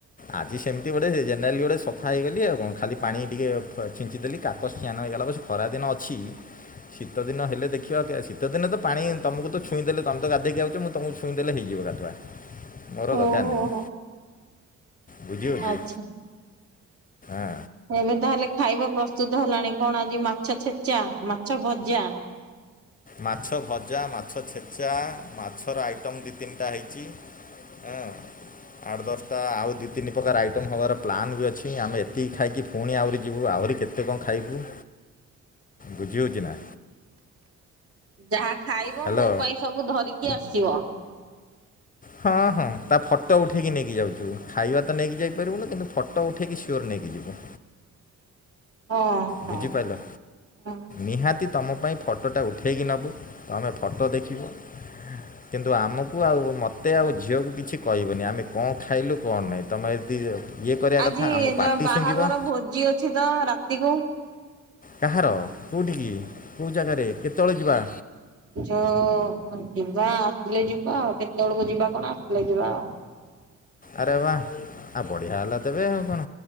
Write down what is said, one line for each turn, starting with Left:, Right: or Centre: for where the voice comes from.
Left: ଆଜି ସେମତି ଗୋଟେ ଜେନେରାଲି ଗୋଟେ ସଫା ହେଇଗଲି ଆଉ କଣ ଖାଲି ପାଣି ଟିକେ ପ ଛିଞ୍ଚି ଦେଲି କାକ ସ୍ନାନ ହେଇଗଲା ବାସ୍ ଖରାଦିନ ଅଛି।
Right: <inaudible>
Left: ଶୀତ ଦିନ ହେଲେ ଦେ ଖିବା କେ ଶୀତଦିନେ ତ ପାଣି ତମୁକୁ ତ ଛୁଇଁ ଦେଲେ ତମେ ତ ଗାଧେଇକି ଆଉଚ ମୁଁ ତମୁକୁ ଛୁଇଁ ଦେଲେ ହେଇଯିବ ଗାଧୁଆ। ମୋର
Right: ହଉ
Left: ଦରକାର ନାଇଁ
Right: ହଉ
Left: ବୁଝି ହଉଚି
Right: ଆଚ୍ଛା।
Left: ଆଁ।
Right: ଏବେ ତାହେଲେ ଖାଇବା ପ୍ରସ୍ତୁତ ହେଲାଣି କଣ ଆଜି ମାଛ ଛେଚା ମାଛ ଭଜା।
Left: ମାଛ ଭଜା ମାଛ ଛେଚା ମାଛର ଆଇଟମ୍ ଦି ତିନିଟା ହେଇଚି। ଏଁ ଆଠ ଦଶଟା ଆଉ ଦି ତିନି ପ୍ରକାର ଆଇଟମ୍ ହବାର ପ୍ଲାନ୍ ବି ଅଛି ଆମେ ଏତିକି ଖାଇକି ପୁଣି ଆହୁରି ଯିବୁ ଆହୁରି କେତେ କଣ ଖାଇବୁ ବୁଝି ହଉଚି ନା।
Right: ଯାହା ଖାଇବ
Left: ହ୍ୟାଲୋ
Right: ମୋ ପାଇଁ ସବୁ ଧରିକି ଆସିବ।
Left: ହଁ ହଁ ତା ଫଟ ଉଠେଇକି ନେଇକି ଯାଉଚୁ ଖାଇବା ତ ନେଇକି ଯାଇପାରିବୁନି କିନ୍ତୁ ଫ ତ ଉଠେଇକି ସିଓର ନେଇକି ଯିବୁ।
Right: ହଁ। ହଁ
Left: ବୁଝିପାଇଲ?
Right: ହଁ।
Left: ନିହାତି ତମ ପାଇଁ ଫଟୋଟା ଉଠେଇକି ନେବୁ ତମେ ଫଟୋ ଦେଖିବ କିନ୍ତୁ ଆମକୁ ଆଉ ମତେ ଆଉ ଝିଅକୁ କିଛି କହିବନି ଆମେ କଣ ଖାଇଲୁ କଣ ନାଇ। ତମେ ଯଦି ଇଏ କରିବା
Right: ଆଜି
Left: କଥା ଆମ
Right: ଯ
Left: ପାଟି
Right: ବାହାଘର
Left: ଶୁଙ୍ଗିବ
Right: ଭୋଜି ଅ ଅଛି ତ ରାତିକୁ
Left: କାହାର କୋଉଠିକି କୋଉ ଜାଗାରେ କେତେବେଳେ ଯିବା?
Right: ଯ ଯିବା ଆସିଲେ ଯିବା ଆଉ କେତେ ବେଳକୁ ଯିବା କଣ ଆସିଲେ ଯିବା ଆଉ।
Left: ଆରେ ବା ଆଉ ବଢିଆ ହେଲା ତେବେ ଆଉ କଣ